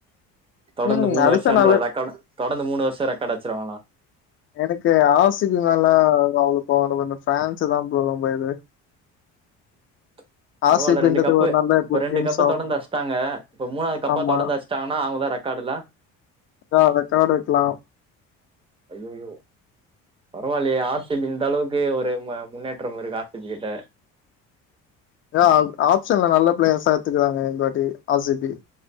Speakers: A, on the right (about 15°); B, on the left (about 40°).
A: தொடந்து
B: ம்.
A: மூணு
B: அடிச்சா
A: வர்ஷன்ற
B: நல்ல
A: ரெக்காடு தொடந்து மூணு வர்ஷோ ரெக்காட் அச்சிடுவாங்கனா
B: எனக்கு ஆர் சி பி மேல அவ்லோ போ <inaudible> ஃபான்ஸு தா போலும் போய்து
A: <inaudible> பரவால்ல
B: ஆர்சிபின்றது
A: ரெண்டு கப்பு
B: ஒரு நல்ல
A: இப்ப
B: குட்
A: ரெண்டு
B: டீம்ஸ்
A: கப்பு
B: ஆஃப்
A: தொடந்து அடிச்ட்டாங்க இப்ப மூணாவ்து கப்பா
B: ஆமா.
A: தொடந்து ஆச் ட்டாங்கனா அவ்ங்க ரெக்காடுல
B: ரா ரெக்காட் வக்லா
A: அய்யய்யோ பரவால்லயே ஆர் சி பி இந்தளவுக்கே ஒரு ம முன்னேற்றம் இருக்கா ஆர் சி பி கிட்ட
B: தாக் ஆப்ஷன்ல நல்ல ப்ளேயர்ஸா எத்துக்கறாங்க இந்த வாட்டி ஆர் சி பி